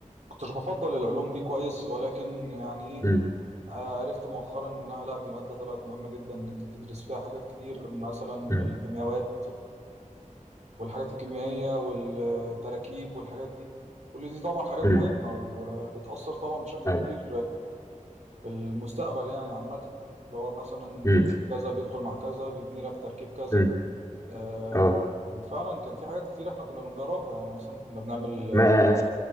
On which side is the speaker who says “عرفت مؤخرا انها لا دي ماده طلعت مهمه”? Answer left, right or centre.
Right